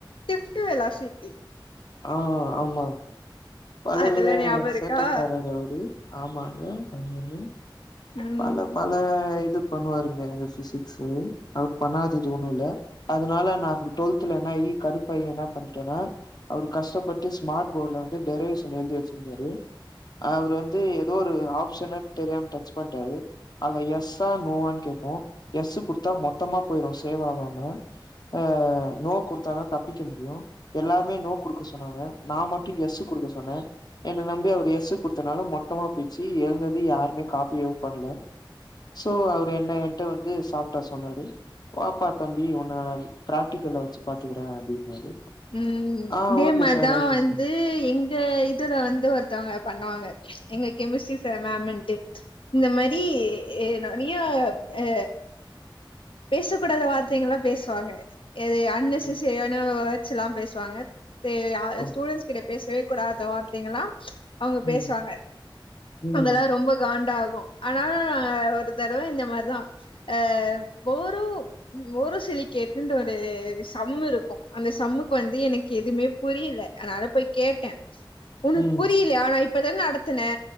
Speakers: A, on the left; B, on the left.
A: டிஃப்ட்டு வெலாசிட்டி
B: ஆ ஆமாங்க பலவிதங்க
A: அதெல்லா ஞாபகம் இருக்கா
B: சேட்டக்காரர் அவுரு ஆமாங்க ஆமாங்க
A: ம்
B: பல ப ல இது பண்ணுவாருங்க எங்க ஃபிசிக்ஸு அவர் பண்ணாதது ஒன்னூல்ல அதுனால நா டொல்த்துல என்னாயி கடுப்பாயி என்ன பண்டேனா அவுரு கஷ்டப்பட்டு ஸ்மார்ட் போட்ல வந்து டெரவேஷன் எழுதி வச்சிர்ந்தாரு அவுர் வந்து எதோ ஒரு ஆப்ஷனத் தெரியாம டச் பண்டாரு அதுல எஸ்ஸா நோவான் கேக்கு எஸ்ஸு குடுத்தா மொத்தமா போயிரு சேவ் ஆவாம ஆ நோ குடுத்தா தா தப்பிக்க முடியு எல்லாருமே நோ குடுக்க சொன்னாங்க நா மட்டு எஸ் குடுக்க சொன்ன என்ன நம்பி அவுரு எஸ்சு குடுத்தனால மொத்தமா போயிச்சி எழுதந்து யாருமே காப்பியு பண்ல சோ அவுரு என்ன என்ட்ட வந்து சாஃப்ட்டா சொன்னாரு வாப்பா தம்பி உன்ன பிராக்டிக்கல்ல வெச்சு பாத்துக்கறே அப்டின்னாரு
A: ம்
B: ஆ
A: இதே
B: ஓகே
A: மார்தா
B: சார் ஓகே
A: வந்து
B: சார்
A: எங் க இதுல வந்து ஒருத்தவங்க பண்ணுவாங்க எங்க கெமிஸ்ட்ரி ச மேமின்ட்டு இந்த மாரி நெறைய அ பேசக்கூடாத வார்த்தைங்கல்லா பேசுவாங்க எது அன்னெசசரியான
B: ம்
A: வேட்ஸ் எல்லா பேசுவாங்க தே ஆ
B: ஓ
A: ஸ்டூடெண்ட்ஸ் கிட்ட பேசவே கூடாத வார்த்தைங்களா அவங்க
B: ம்
A: பேசுவாங்க
B: ம்
A: <unintelligible> ரொம்ப காண்டாகு ஆனா ஒரு தறவ இந்த மார்தா அ போரு மோரோசெலி கேட்டுன்ற ஒரு சம் இருக்கு அந்த சம்முக்கு வந்து எனக்கு எதுவ்மே புரியல அதனால போய் கேட்ட உனக்கு
B: ம்
A: புரியிலையா ஆனா இப்பதான் நடத்துனே